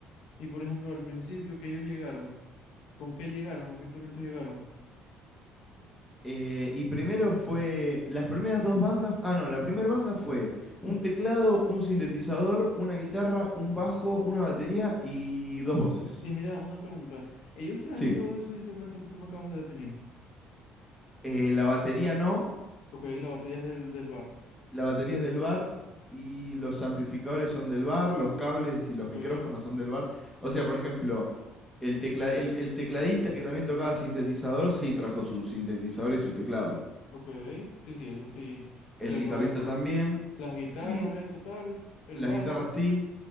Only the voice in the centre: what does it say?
Eh, y primero fue, las primeras dos bandas, ah no, la primera banda fue un teclado, un sintetizador, una guitarra, un bajo, una batería y dos voces.
Sí.
Eh, la batería no,
la batería es del bar y los amplificadores son del bar, los cables y los
micrófonos son del bar. O sea, por ejemplo, el, tecla- el- el tecladista que también tocaba sintetizador, sí, trajo su sintetizador y su teclado.
El
guitarrista
también,
sí,
las
guitarras sí,